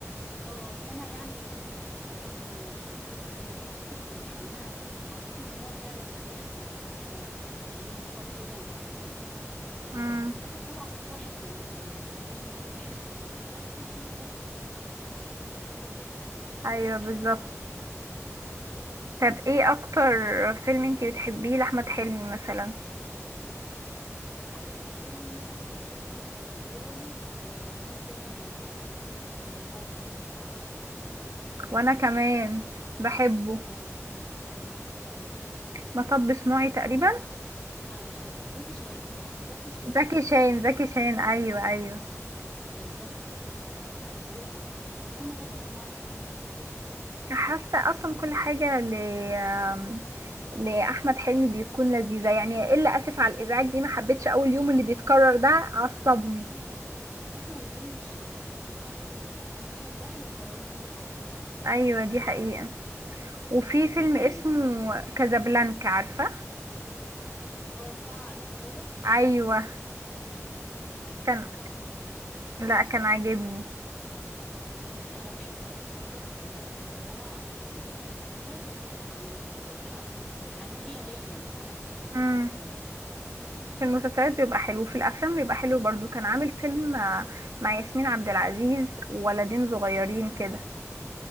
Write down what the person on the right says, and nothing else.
امم
ايوه
بالظبط
طب ايه اكتر فيلم انتي بتحبيه لاحمد حلمي مثلا
وانا كمان
بحبه
مطب صناعي تقريبا
زكي شان زكي شان ايوه ايوه
حاسه اصلا كل حاجه ل آم، لاحمد حلمي بيكون لذيذه يعني الا اسف على الازعاج دي ما حبيتش اول يوم اللي بيتكرر ده عصبني
ايوه دي
حقيقه وفي فيلم
اسمه
كازابلانكا عارفه
ايوه
كان
لا كان عاجبني
امم
في المسلسلات بيبقى حلو في الافلام بيبقى حلو برضو كان عامل فيلم آه، مع ياسمين عبد العزيز وولدين صغيرين كده